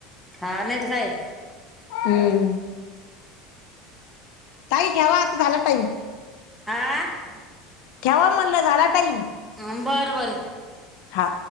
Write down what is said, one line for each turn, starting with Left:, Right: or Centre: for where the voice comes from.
Centre: हा नाहीतर काय.
Left: हम्म. ताई ठेवा आता झाला टाईम.
Centre: हां.
Left: ठेवा म्हणलं झाला टाईम.
Centre: हं बर बर
Left: हा